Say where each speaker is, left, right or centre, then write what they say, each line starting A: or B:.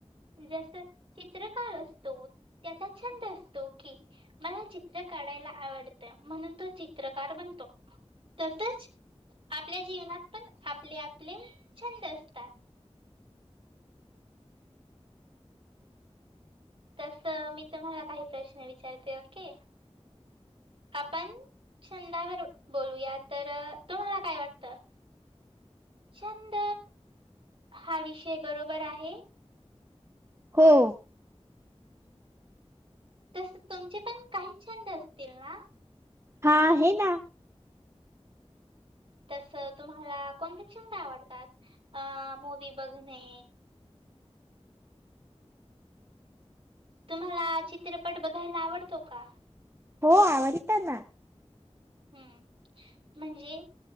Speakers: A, on the right; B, on the right.
A: जस चित्रकार असतो. त्याचा छंद असतो की, मला चित्र काढायला आवडतं, म्हणून तो चित्रकार बनतो. तसच आपल्या जीवनात पण आपले आपले छंद असतात. तस मी तुम्हाला काही प्रश्न विचारते ओके आपण- छंदावर बोलूया तर तुम्हाला काय वाटतं? छंद हा विषय बरोबर आहे?
B: हो
A: तस तुमचे पण काही छंद असतील ना?
B: हा आहे ना.
A: तसं तुम्हाला कोणते छंद आवडतात अ मूवी बघणे? तुम्हाला चित्रपट बघायला आवडतो का?
B: हो आवडतात ना.
A: हम्म म्हणजे.